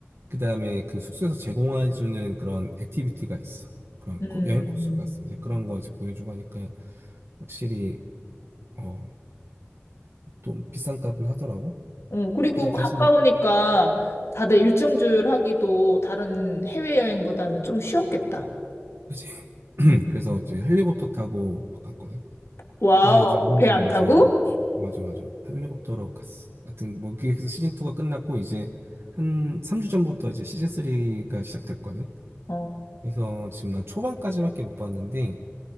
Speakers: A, on the right (about 70°); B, on the left (about 75°).
A: 그다음에 그 숙소에서 제공해 주는 그런 액티비티가 있어. 그런
B: 음,
A: 코- 여행 코스가 있습니다. 그런 거 이제 보내주고 하니까 확실히 어 좀 비싼 값은 하더라고.
B: 어, 그리고
A: 그래서
B: 가까우니까
A: 다시
B: 다들 일정주를 하기도 다른 해외여행보다는 좀 쉬웠겠다.
A: 그지. <clears throat>
B: 음.
A: 그래서 이제 헬리콥터 타고 갔거든.
B: 와우,
A: 그래서 이제 울릉도
B: 배 안 타고?
A: 이제 맞아 맞아 헬리콥터로 갔어. 하여튼 뭐 그게 해래서 시즌 2가 끝났고 이제 한 3주 전부터 이제 시즌 3가 시작됐거든.
B: 어,
A: 그래서 지금 나 초반까지밖에 못 봤는데